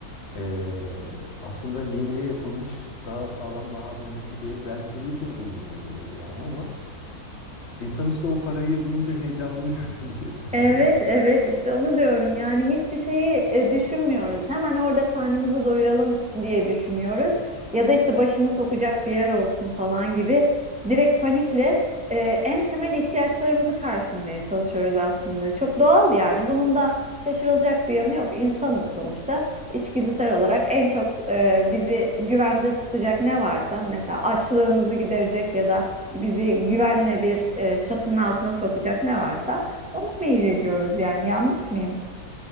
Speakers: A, on the left; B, in the centre.
A: E, aslında yeni yapılmış, daha sağlam, daha dayanıklı bir ev belki de ilk önceliğim olmalıydı yani ama insan işte o parayı duyunca heyecanlanıyor <laughs> biliyorsun.
B: Evet, evet işte onu diyorum. Yani hiçbir şeyi e, düşünmüyoruz. Hemen orada karnımızı doyuralım diye düşünüyoruz. Ya da işte başımı sokacak bir yer olsun falan gibi. Direkt panikle e, en temel ihtiyaçlarımızı karşılamaya çalışıyoruz aslında. Çok doğal yani. Bunun da şaşırılacak bir yanı yok. İnsanız sonuçta. İçgüdüsel olarak en çok e, bizi güvende tutacak ne varsa mesela açlığımızı giderecek ya da bizi güvenle bir e, çatının altına sokacak ne varsa ona mail ediyoruz yani yanlış mıyım?